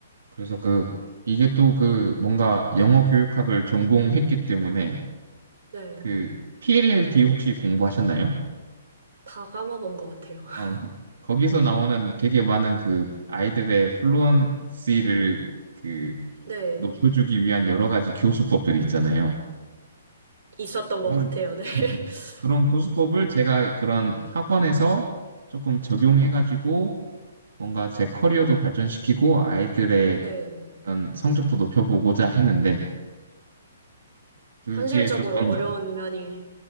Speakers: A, on the right (about 85°); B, on the right (about 60°).
A: 그래서 그 이게 또 그 뭔가 영어 교육학을 전공했기 때문에
B: 네.
A: 그 PLLT 혹시 공부하셨나요?
B: 다 까먹은 것 같아요. <laughs>
A: 어, 거기서 나오는 되게 많은 그 아이들의 플루언시를 그
B: 네.
A: 높여주기 위한 여러 가지 교수법들이 있잖아요.
B: 있었던
A: 그런
B: 것 같아요. 네. <laughs>
A: <laughs> 그런 교수법을 제가 그런 학원에서 조금 적용해가지고 뭔가 제 커리어도 발전시키고 아이들의
B: 네.
A: 그런 성적도 높여보고자 했는데 그게
B: 현실적으로
A: 조금
B: 어려운 면이